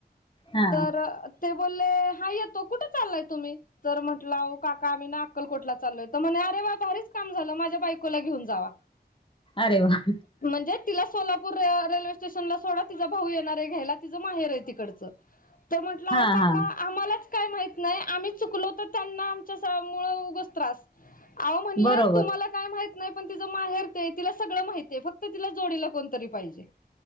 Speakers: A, on the left (about 30°); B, on the left (about 55°).
A: हा
B: तर ते बोलले, हा येतो, कुठे चाललाय तुम्ही? तर म्हटलं आहो काका आम्ही ना अक्कलकोटला चाललोय, तर म्हणे अरे वा भारीच काम झालं, माझ्या बायकोला घेऊन जावा.
A: अरे वा.
B: म्हणजे तिला सोलापूर रेल्वे स्टेशनलाच सोडा तिचा भाऊ येणार आहे घ्यायला, तिचं माहेर आहे तिकडचं तर म्हटलं आहो
A: हा
B: काका
A: हा
B: आम्हालाच काय माहित नाही, आम्ही चुकलो तर त्यांना आमच्यासा मुळं उगच त्रास. आहो म्हणल
A: बरोबर
B: तुम्हाला काय माहित नाही, पण तिज माहेर तेय, तिला सगळं माहितेय, फक्त तिला जोडीला कोणीतरी पाहिजे.